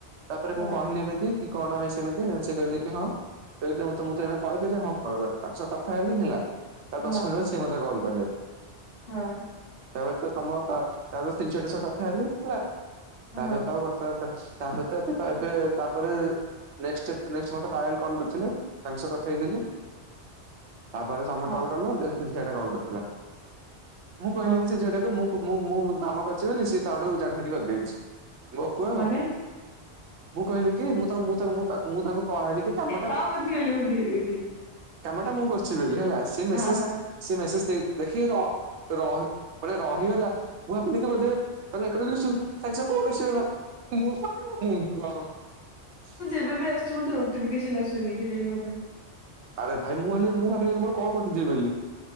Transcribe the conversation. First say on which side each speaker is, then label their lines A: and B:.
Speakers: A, on the right; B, on the left.
A: ତାପରେ
B: ହଁ
A: ମୁଁ କହିଲି ଏମିତି କି କଣମେ ସେମିତି ସେ କହିଲେ କି ହଁ ତ ମୁଁତେ କଲ୍ ହଁ କ ତାଙ୍କ ସହ କଥା ହେଲିି ହେଲା
B: ହଁ
A: ଦଶ ମିନଟ ସିଏ ମତେ କଲ କଲେ।
B: ହଁ।
A: ତାପରେ ତ ତମ ତା ସେ ଝିଅଟା ସହ କଥା ହେଲି ହେଲା
B: ହଁ
A: ତାପରେ ତ ଆଉ ତାପରେ ତ ଏ ଏ ତାପରେ <unintelligible> ନେକଷ୍ଟ ନେକଷ୍ଟମତେପାଏଲ କଲ୍ କରିଥିଲେ ତାଙ୍କ ସହ କଥା ହେଇଥିଲି। ତାପରେ ତମେ
B: ହଁ
A: କଲ କଲ ଯେମିତି ସେ ଝିଅଟା କଲ୍ କରିଥିଲା ମୁଁ କହିଲି
B: ଓହୋ
A: ସେଇଟା ମୁଁ ମୁଁ ମୁଁ କାମ କରିଛି ବୋଲି ସିଏ ତାଠୁ ଯାଣିଫୁଟି କରିଦେଇଛି ବକୁଆ
B: ମାନେ
A: ଆଉ। ମୁଁ କହିଲି କି ମୁଁ ତମୁଁ ତମୁଁ ତମୁଁ ତାଙ୍କୁ କହିଲି କି କାମଟା
B: ହଁ ବୁଝିଗଲି ବୁଝିଗଲି ବୁଝିଗଲି
A: କାମ ଟା ମୁଁ କରୁଛି ବୋଲି ହେଲା ସେ ମେସେଜ
B: ହଁ ହଁ
A: ସେ ମେସେଜ ଦେଇ ଦେଖ ର ମାନେ ରହିଗଲା ମୁଁ ଭାବି ଦେଖିବ ଯେ ତା ନକସୁ ତା କୋଲସଲା ମୁ ମୁ ଘର <unintelligible>
B: କେବେ ବି ଆସୁ ବନ୍ଧୁ ନୋଟିଫିକେସନ ଆସୁନି କେଜାଣି କଣ ପାଇଁ।
A: ଆରେ ଭାଇ ମୁଁାବି ମୁଁ ଭାବିଲି ମୋର କଣ କରିଛିିବ ବୋଲି।